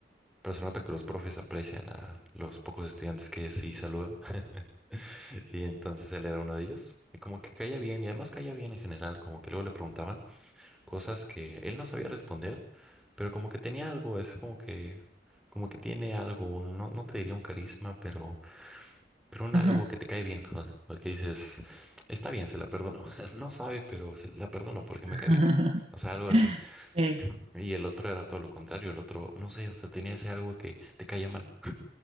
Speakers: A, in the centre; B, on the right.
A: pero se nota que los profes aprecian a los pocos estudiantes que sí saludan. <laughs> Y entonces él era uno de ellos. Y como que caía bien, y además caía bien en general, como que luego le preguntaban. cosas que él no sabía responder, pero como que tenía algo, es como que, como que tiene algo, un- no, no te diría un carisma, pero, pero un
B: Ajá.
A: algo que te cae bien, o sea, o que dices, está bien, se la perdono, <laughs> no sabe, pero se la perdono porque me
B: <laughs>
A: cae bien. O sea, algo así.
B: Sí,
A: Y el otro era todo lo contrario. El otro, no sé, o sea, tenía ese algo que te caía mal.